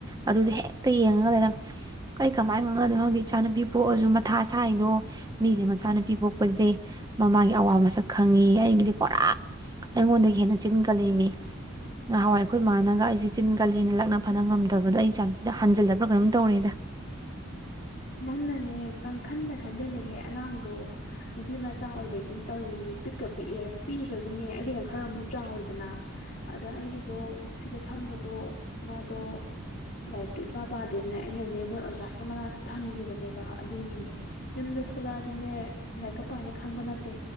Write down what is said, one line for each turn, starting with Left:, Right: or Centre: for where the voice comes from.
Right: ꯑꯗꯨꯗ ꯍꯦꯛꯇ ꯌꯦꯡꯉꯒ ꯂꯩꯔꯝꯃꯦ ꯑꯩ ꯀꯃꯥꯏꯅ ꯉꯪꯅꯗꯣꯏꯅꯣ ꯈꯪꯗꯦ꯫ ꯏꯆꯥꯅꯨꯄꯤ ꯄꯣꯛꯑꯁꯨ ꯃꯊꯥ ꯁꯥꯏꯗꯣ ꯃꯤꯁꯦ ꯃꯆꯥꯅꯨꯄꯤ ꯄꯤꯕꯣꯛꯄꯖꯦ ꯃꯃꯥꯒꯤ ꯑꯋꯥ ꯃꯁꯛ ꯈꯪꯉꯤ ꯑꯩꯒꯤꯗꯤ ꯄꯨꯔꯥ ꯑꯩꯉꯣꯟꯗꯒꯤ ꯍꯦꯟꯅ ꯆꯤꯟ ꯀꯜꯂꯤꯃꯤ ꯉꯍꯥꯟꯋꯥꯏ ꯑꯩꯈꯣꯏ ꯏꯃꯥꯅꯒ ꯑꯩꯁꯦ ꯆꯤꯟ ꯀꯜꯂꯤꯅ ꯂꯛꯅ ꯐꯅ ꯉꯝꯗꯕꯗꯣ ꯏꯆꯥ ꯅꯨꯨꯄꯤꯗ ꯍꯟꯖꯤꯜꯂꯕ꯭ꯔꯥ ꯀꯩꯅꯣꯝ ꯇꯧꯔꯦꯗ꯫
Left: ꯅꯪꯅꯅꯦ ꯄꯪꯈꯟꯅ ꯈꯟꯖꯤꯜꯂꯍꯦ ꯑꯉꯥꯡꯗꯣ ꯅꯨꯄꯤ ꯃꯆꯥ ꯑꯣꯏꯕꯒꯤ ꯇꯧꯔꯤꯅꯤ ꯄꯤꯛꯀ ꯄꯤꯛꯑꯦ ꯄꯤꯛꯏꯕꯒꯤꯅꯦ ꯑꯩꯒꯤꯅ ꯈꯔ ꯑꯃꯨꯛ ꯆꯥꯎꯔꯤꯗꯅ ꯑꯗ ꯑꯩꯒꯤꯗꯣ ꯁꯤꯗ ꯊꯝꯕꯗꯣ ꯃꯥꯗꯣ ꯂꯥꯏꯔꯤꯛꯇꯣ ꯏꯄꯥ ꯄꯥꯗꯦꯗꯅ ꯑꯩꯅꯅꯦ ꯃꯣꯏ ꯑꯣꯖ ꯖꯥꯒꯤ ꯃꯅꯥꯛꯇ ꯊꯝꯈꯤꯕꯅꯦꯕ ꯑꯗꯨꯒꯤꯅꯦ ꯌꯨꯝꯗ ꯊꯣꯛꯂꯛꯑꯗꯤꯅꯦ ꯂꯥꯏꯔꯤꯛꯀ ꯄꯥꯅꯤ ꯈꯪꯕ ꯅꯠꯇꯦ